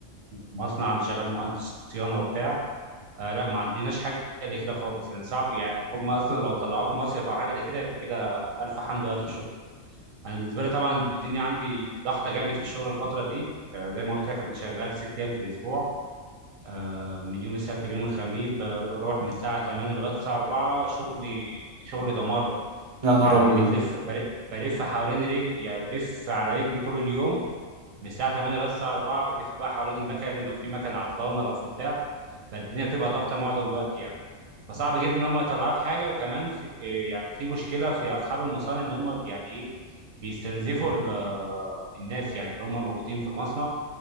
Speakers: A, on the right; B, on the right.
A: مصنع انا شغال مهندس صيانه وبتاع آه لا ما عندناش حاجه زي كده خالص يعني صعب يعني هم اصلا لو طلعوك مصيف او حاجه زي كده يبقى كده الف حمد والف شكر انا بالنسبه لي طبعا الدنيا عندي ضغطه جامد في الشغل الفتره دي آه زي ما قلت لك انا شغال ست ايام في الاسبوع آه، من يوم السبت ليوم الخميس بر- بروح من الساعة 8 لغاية الساعة 4 شغلي شغلي دمار بقى
B: يا نهار
A: يعني
B: ابيض
A: بتلف بل- بلف حوالين رجلي يعني بلف على رجلي طول اليوم من الساعة 8 لغاية الساعة 4 بلف بقى حوالين المكن لو في مكن عطلانة لو في بتاع فالدنيا بتبقى ضغطة معظم الوقت يعني فصعب جدا ان هم يطلعوك حاجة وكمان في إيه يعني في مشكلة في اصحاب المصانع ان هم يعني ايه بيستنزفوا ال- الناس يعني اللي هم موجودين في المصنع